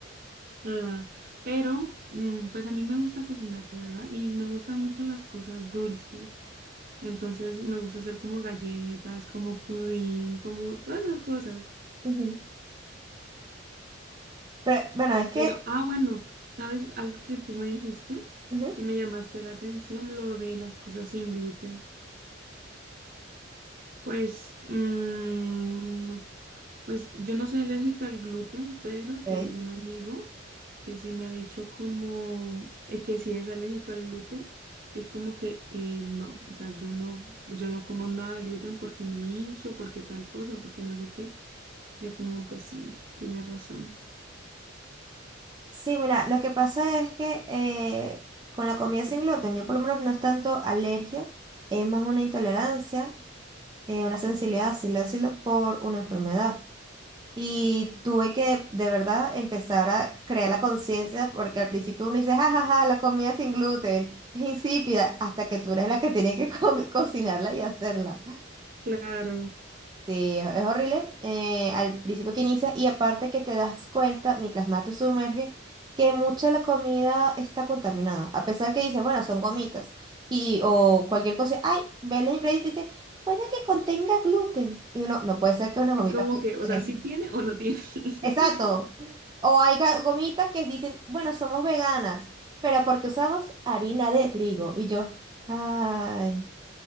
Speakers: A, on the right; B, on the right.
A: Ah, pero mm, pues a mí me gusta cocinar, de verdad, y me gustan mucho las cosas dulces. Entonces me gusta hacer como galletas, como pudín, como todas las cosas.
B: Ujú. Pero bueno, es que...
A: Pero, ah, bueno, ¿sabes algo que tú me dijiste?
B: ujú.
A: Que me llamaste la atención, lo de las cosas sin gluten. Pues, mm, pues yo no soy alérgica al gluten, pero
B: Ok.
A: tengo un amigo que sí me ha dicho como eh, que sí es alérgico al gluten, que es como que eh, no, o sea, yo no, yo no como nada de gluten porque me hincho, porque tal cosa, porque no sé qué. Yo como, pues sí, tienes razón.
B: Sí, mira, lo que pasa es que eh, con la comida sin gluten, yo por lo menos no es tanto alergia, es más una intolerancia. eh, una sensibilidad, así decirlo, por una enfermedad. Y tuve que de verdad empezar a crear la conciencia, porque al principio uno dice, jajaja, la comida sin gluten es insípida, hasta que tú eres la que tiene que co- <laughs> cocinarla y hacerla.
A: Claro,
B: Sí, es es horrible eh, al principio que inicia y aparte que te das cuenta, mientras más te sumerges, que mucha de la comida está contaminada. A pesar que dices, bueno, son gomitas y, o cualquier cosa, ay, ves los ingredientes y dice, puede que contenga gluten. Y uno, no puede ser que una
A: es
B: gomita
A: como
B: pueda
A: que,
B: contener.
A: o sea, sí tiene o no tiene. <laughs>
B: Exacto. O hay ga- gomitas que dicen, bueno, somos veganas, pero porque usamos harina de trigo. Y yo, ay,